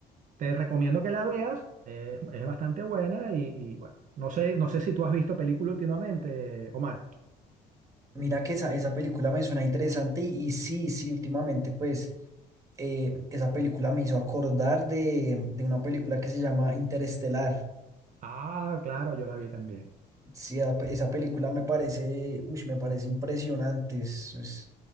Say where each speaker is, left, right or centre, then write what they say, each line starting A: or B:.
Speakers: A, on the right; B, on the right.
A: Te recomiendo que la veas, es, es bastante buena y, y bueno, no sé, no sé si tú has visto película últimamente, Omar.
B: mira que esa, esa película me suena interesante y, y sí, sí, últimamente pues eh, esa película me hizo acordar de, de una película que se llama Interestelar.
A: Ah, claro, yo la vi también.
B: Sí, a- esa película me parece, uy, me parece impresionante. es- es-